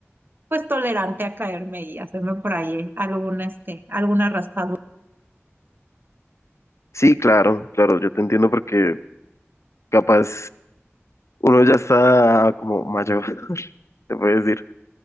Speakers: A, on the right; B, on the left.
A: pues tolerante a caerme y hacerme por ahí alguna este, alguna raspadura.
B: Sí, claro, claro, yo te entiendo porque capaz uno ya está como mayor, <laughs> se puede decir.